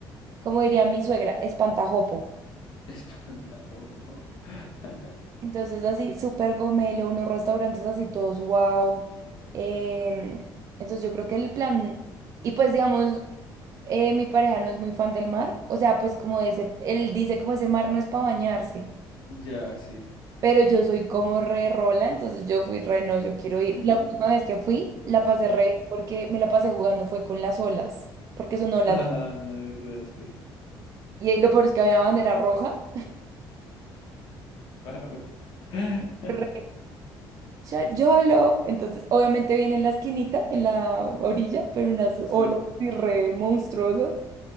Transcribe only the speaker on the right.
como diría mi suegra, espantajopo.
Entonces así, súper gomelo, unos restaurantes así todos wow. Em, entonces yo creo que el plan, y pues digamos, eh, mi pareja no es muy fan del mar, o sea, pues como de ese, él dice como ese mar no es para bañarse,
pero yo soy como re rola, entonces yo fui re no, yo quiero
ir. La última vez que fui, la pasé re bien porque me la pasé jugando fue con las olas, porque son olas,
y ahí lo peor es que había bandera roja.
<laughs> Re ya- YOLO. Entonces, obviamente viene en la esquinita, en la orilla, pero unas
olas así re monstruosas.